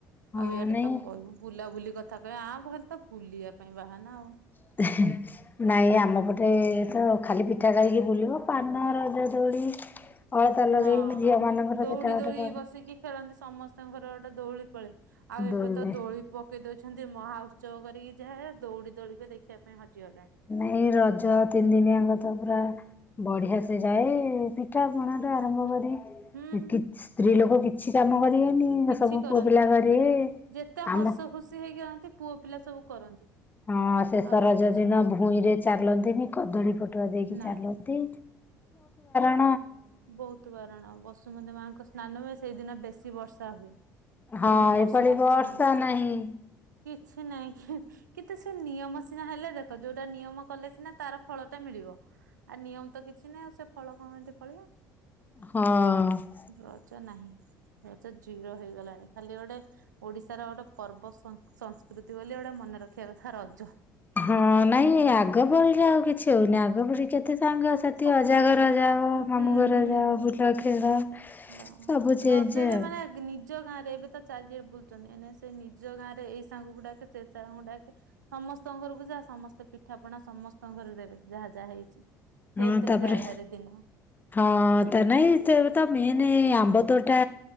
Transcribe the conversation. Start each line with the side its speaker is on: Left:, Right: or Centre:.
Left: ହଁ
Right: ଆଉ ଇଆଡେ
Left: ନାଇଁ
Right: ତ କହିବୁ ବୁଲାବୁଲି କଥା କହିବେ <unintelligible> ଖାଲି ତ ବୁଲିବା ପାଇଁ ବାହାନା ଆଉ।
Left: ଏହେହେ। ନାଇଁ ଆମ ପଟେ ତ ଖାଲି ପିଠା ଖାଇକି ବୁଲିବ ପାନ, ରଜ ଦୋଳି ଅଳତା ଲଗେଇକି
Right: ହଁ
Left: ଝିଅ ମାନଙ୍କର
Right: ଦଉଡି
Left: ସେଟା ଗୋଟେ
Right: ଦୋଳି
Left: ପର୍ବ।
Right: ବସିକି ଖେଳନ୍ତି ସମସ୍ତଙ୍କର ଗୋଟେ ଦୋଳି ପଳେ ଆଉ ଏବେ
Left: ଦୋଳିରେ
Right: ତ ଦୋଳି ପ ପକେଇ ଦଉଛନ୍ତି ମହାଉତ୍ସବ କରିକି ଯାହା ଦୌଡ଼ି ଦୋଳି ବି ଦେଖିବା ପାଇଁ ହଜିଗଲାଣି।
Left: ନାଇଁ ରଜ ତିନି ଦିନି ଆଙ୍କ ତ ପୁରା ବଢିଆ ସେ ଯାଏ ପିଠା ପଣା ଠୁ ପୁରା
Right: ହୁଁ।
Left: ଆରମ୍ଭ କରି
Right: ହୁଁ
Left: କିଛି ସ୍ତ୍ରୀ ଲୋକ କି ଛି କାମ କରିବେନି
Right: କିଛି
Left: ସବୁ
Right: କରନ୍ତିନି
Left: ପୁଅ ପିଲା କରିବେ,
Right: ଯେତେ ହସ
Left: ଆମ
Right: ଖୁସି ହେଇକି ରହନ୍ତି ପୁଅ ପିଲା ସବୁ କରନ୍ତି।
Left: ହଁ ଶେଷ
Right: ଆଉ
Left: ରଜ
Right: ଅଛି
Left: ଦିନ ଭୂଇଁ ରେ ଚାଲନ୍ତିନି କଦଳୀ ପଟୁଆ ଦେଇକି
Right: ନାଇଁ
Left: ଚାଲ ନ୍ତି <unintelligible>
Right: ବହୁତୁ ବାରଣ ବସୁମତୀ ମାଙ୍କ ସ୍ନାନ ହୁଏ ସେଇଦିନ ବେଶୀ ବର୍ଷା ହୁଏ।
Left: ହଁ
Right: ଯୋଉଦିନ ବସୁମତି
Left: ଏପାଳି ବର୍ଷା
Right: ସ୍ନାନ।
Left: ନାହିଁ
Right: କିଛି ନାଇଁ କି କେତେ ସେ ନିୟମ। ସିନା ହେଲେ ଦେଖ ଯୋଉଟା ନିୟମ କଲେ ସିନା ତାର ଫଳଟା ମିଳିବ। ଆ ନିୟମତ କିଛି ନାଇଁ ଆଉ ସେ ଫଳ କଣ ଏମ୍ତି ଫଳିବ?
Left: ହଁ।
Right: ରଜ ନାହିଁ। ରଜ ଜିରୋ ହେଇଗଲାଣି, ଖାଲି ଗୋଟେ ଓଡିଶାର ଗୋଟେ ପର୍ବ ସ ସଂସ୍କୃତି ବୋଲି ଗୋଟେ ମନେ ରଖିବା କଥା ରଜ।
Left: ହଁ ନାଇଁ ଆଗ ପରିକା ଆଉ କିଛି ହଉନି, ଆଗ ପରି କେତେ ସାଙ୍ଗ
Right: ନା
Left: ସାଥି
Right: ସବୁ
Left: ଅଜାଘର
Right: ଚେଞ୍ଜ ହବ
Left: ଯାଅ
Right: ହୁଁ
Left: ମାମୁଁଘର
Right: ହୁଁ ହୁଁ।
Left: ଯାଅ ବୁଲ ଖେଳ।
Right: ନା,
Left: ସବୁ ଚେଞ୍ଜ
Right: ରଜରେ
Left: ଆଉ
Right: ମାନେ ନି ଜ ଗାଁରେ ଏବେତ ଚାରିଏ ବୁଲୁଚନ୍ତି ଏଇନେ ସେ ନିଜ ଗାଁରେ ଏଇ ସାଙ୍ଗଗୁ ଡାକେ ସେ ସାଙ୍ଗକୁ ଡାକେ ସମସ୍ତଙ୍କ ଘରକୁ ଯା ସମସ୍ତେ ପିଠା ପଣା ସମସ୍ତଙ୍କ ଘରେ ଦେବେ ଯାହା-ଯାହା ହେଇଛି। ସେଇଥିରେ
Left: ହୁଁ ତାପରେ
Right: ଯାଏ ଭାରି ଦିନ।
Left: ହଁ ତା ନାଇଁ <unintelligible> ମେନେ ଆମ୍ବ ତୋଟା